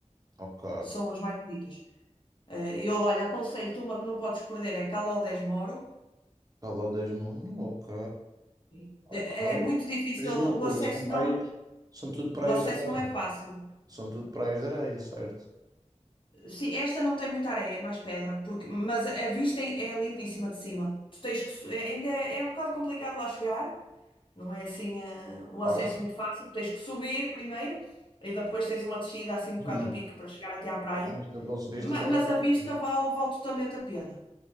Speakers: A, on the right; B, on the left.
A: Ok.
B: São as mais bonitas. Eh, Eu, olha, aconselho-te uma que não podes perder, é Caló Moro.
A: Calor Mano, ok.
B: Sim.
A: Ok.
B: É é muito difícil,
A: Mas diz-me uma
B: o
A: coisa,
B: acesso
A: são praias,
B: não,
A: são tudo praias
B: o acesso
A: de areia,
B: não é fácil.
A: são tudo praias de areia, certo?
B: Sim, esta não tem muita areia, é mais pedra, porque, mas a vista é é lindíssima de cima. Tu tens que, su- é- ainda é, é um bocado complicado lá chegar, não é assim eh, o acesso
A: Fácil.
B: muito fácil. Tens que subir primeiro e depois tens uma descida assim um bocado
A: Hum.
B: a pique para chegar até à praia.
A: Mas tu conseguiste,
B: Ma-
A: eu também
B: Mas,
A: consegui.
B: a vista vale, vale totalmente a pena.